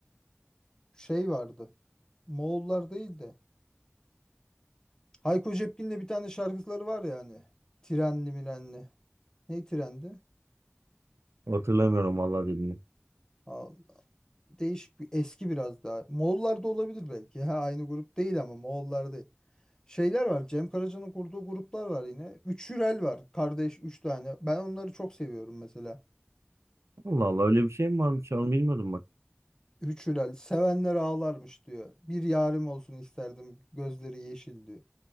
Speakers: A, on the left; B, on the right.
A: Şey vardı. Moğollar değil de. Hayko Cepkin'le bir tane şarkıları var ya hani. Trenli mirenli. Ne trendi?
B: Hatırlamıyorum vallahi dediğini.
A: Al, değişik bir eski biraz daha. Moğollar da olabilir belki. Ha, aynı grup değil ama Moğollar değil. Şeyler var. Cem Karaca'nın kurduğu gruplar var yine. Üç Hürel var. Kardeş üç tane. Ben onları çok seviyorum mesela.
B: Allah Allah öyle bir şey mi varmış? Onu bilmiyordum bak.
A: Üç Hürel. Sevenler ağlarmış diyor. Bir yarim olsun isterdim. Gözleri yeşil diyor.